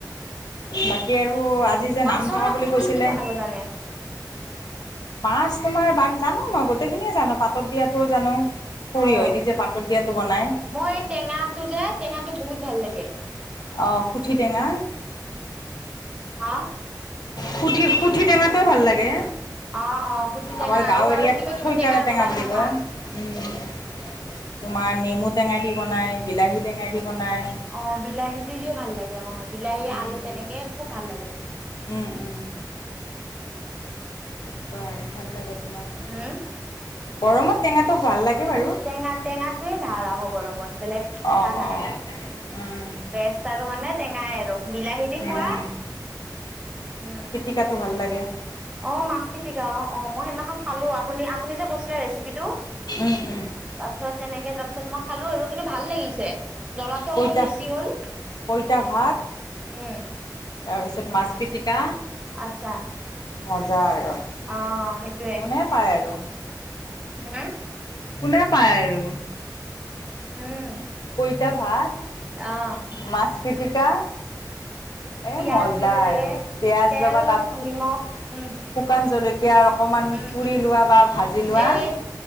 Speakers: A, on the left (about 65°); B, on the right (about 15°).
A: বাকী আৰু আজি যে
B: মাছৰ
A: নাম থাকা
B: আপুনি
A: বুলি কৈছিলে?
B: কি কি বনাব জানে
A: মাছ তোমাৰ জানো ম গোটেইখিনিয়ে জানো, পাতত দিয়াটোও জানো। সৰিয়হ
B: অ',
A: দি যে পাতত দিয়াাতটো বনাই?
B: মই এই টেঙাটো যে টেঙাটো বহুত ভাল লাগে।
A: অঁ সুঠি টেঙা।
B: হা
A: সুঠি, সুঠি টঙাটোওৱে ভাল লাগে।
B: অ', অ', পুঠি টেঙা
A: আমাৰ গাঁৱএৰিয়াত
B: আৰু আৰু কিবা কিবি
A: থইকাৰা
B: টেঙাৰ
A: টেঙা
B: বনাই
A: বুলি
B: নহয়
A: কয়।
B: মাছ।
A: উম, তোমাৰ নেমু টেঙাই দি বনায়, বিলাহী টেঙাই দি বনায়,
B: অ বিলাহী দি য়ম্পদিও ভাল লাগে অ বিলাহী
A: উম
B: আলু
A: উম
B: তেনেকে খুব ভাল লাগে।
A: উম উম। তেনেকুৱা আৰু ভাল লাগে তোমাৰ
B: উম।
A: গৰমত টেঙাটো ভাল লাগে বাৰু
B: টেঙা টেঙাটোৱে ভাল আকৌ গৰমত, বেলেগ টেঙা
A: অ'
B: নাই
A: অ'
B: আৰু।
A: উম
B: বেষ্ট আৰু মানে টেঙাই আৰু বিলাহী দি খোৱা
A: উম
B: উম।
A: শিকাতো ভাল লাগে।
B: অ মাছ পিতিকা অ, অ মই সেইদিনাখন খালো, আপুনি আপুনি যে কৈছিলে ৰেচিপিটো
A: উম উম
B: তাৰপিছত তেনেকে তাৰপিছত মই খালো আৰু কিন্তু ভাল লাগিছে। জ্বলাটো
A: পইতা
B: অকণ বেছি হ'ল
A: পইতা ভাত
B: উম।
A: তাৰপিছত মাছ পিটিকা,
B: আতচছা।
A: মজা আৰু।
B: অ সেইটোৱে।
A: হে পায় আৰু।
B: মানে?
A: কোনে পায় আৰু।
B: উম।
A: কোইতা ভাত
B: অ।
A: মাছ পিটিকা, এ
B: পিয়াজ
A: মজা
B: ল'ব লাগে
A: আৰু পিয়য়াজ
B: তেল
A: ল'বা তাত
B: নিমখ
A: শুকান
B: উম
A: জলকীয়া অকণমান
B: উম
A: পুৰি
B: উম
A: লোৱা বা ভাজি লোৱা।
B: এই